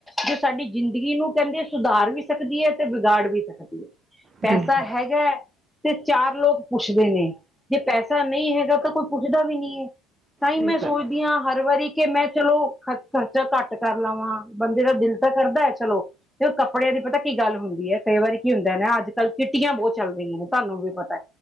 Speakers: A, in the centre; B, on the right.
A: ਜੋ ਸਾਡੀ ਜ਼ਿੰਦਗੀ ਨੂੰ ਕਹਿੰਦੇ ਸੁਧਾਰ ਵੀ ਸਕਦੀ ਐ, ਤੇ ਵਿਗਾੜ ਵੀ ਸਕਦੀ। ਪੈਸਾ
B: ਬਿਲਕੁਲ।
A: ਹੈਗਾ ਤੇ ਚਾਰ ਲੋਕ ਪੁੱਛਦੇ ਨੇ ਜੇ ਪੈਸਾ ਨਹੀਂ ਹੈਗਾ ਤਾਂ ਕੋਈ ਪੁੱਛਦਾ ਵੀ ਨਹੀਂ ਐ ਤਾਈ
B: ਸਹੀ
A: ਮੈਂ
B: ਗੱਲ।
A: ਸੋਚਦੀ ਹਾਂ। ਹਰ ਵਾਰੀ ਕਿ ਮੈਂ ਚਲੋ ਖਰਚਾ ਘੱਟ ਕਰ ਲਾਵਾਂ ਬੰਦੇ ਦਾ ਦਿਲ ਤਾਂ ਕਰਦਾ ਐ ਚਲੋ। ਤੇ ਉਹ ਕੱਪੜਿਆਂ ਦੀ ਪਤਾ ਕੀ ਗੱਲ ਹੁੰਦੀ ਐ। ਕਈ ਵਾਰੀ ਕੀ ਹੁੰਦਾ ਨਾ ਅੱਜ- ਕੱਲ ਕਿੱਟੀਆਂ ਬਹੁਤ ਚੱਲ ਰਹੀਆਂ ਨੇ ਤੁਹਾਨੂੰ ਵੀ ਪਤਾ